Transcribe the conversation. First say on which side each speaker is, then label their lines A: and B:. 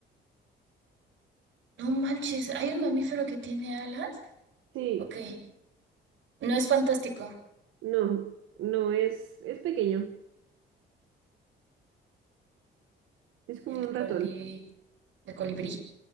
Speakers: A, on the right; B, on the right.
A: No manches, ¿hay un mamífero que tiene alas?
B: Sí,
A: Ok, no es fantástico.
B: no, no, es, es pequeño, es como
A: El
B: un
A: coli...
B: ratón.
A: ¿El colibrí?